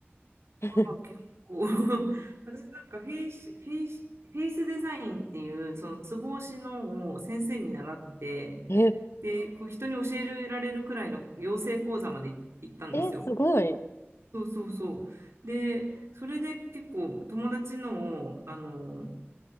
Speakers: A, on the left; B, on the right.
A: <laughs>
B: まあ、結構 <laughs> 私なんかフェイス、フェイス、フェイスデザインっていう、そのツボ押しのを先生に習って、
A: え、
B: で、こう人に教えられるくらいの養成講座まで行ったんですよ。
A: え、すごい。
B: そうそうそう。で、それで結構友達のを、あの、